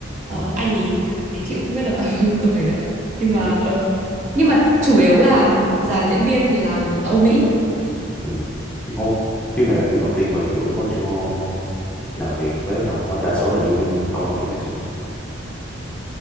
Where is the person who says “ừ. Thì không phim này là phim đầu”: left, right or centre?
Centre